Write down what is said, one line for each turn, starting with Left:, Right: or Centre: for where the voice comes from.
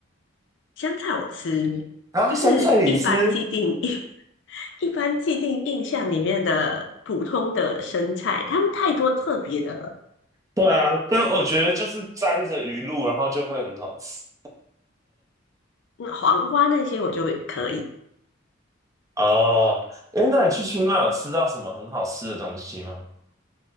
Left: 香菜我吃，
Right: 啊，
Left: 就是一般既定印
Right: 香菜你吃？
Left: <laughs> 一般既定印象里面的普通的生菜，他们太多特别的了。
Right: 对啊，但我觉得就是沾着鱼露，然后就会很好吃。
Left: 嗯黄瓜那些我就可以，
Right: 哦，诶，那你去清迈有吃到什么很好吃的东西吗？